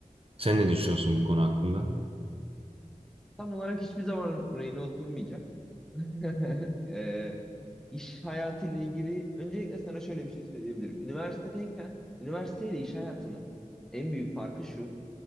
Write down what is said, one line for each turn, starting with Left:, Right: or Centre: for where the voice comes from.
Right: Sen ne düşünüyorsun bu konu hakkında?
Centre: Tam olarak hiçbir zaman rayına oturmayacak. <laughs> Eee iş hayatıyla ilgili öncelikle sana şöyle bir şey söyleyebilirim. Üniversitedeyken üniversiteyle iş hayatının en büyük farkı şu.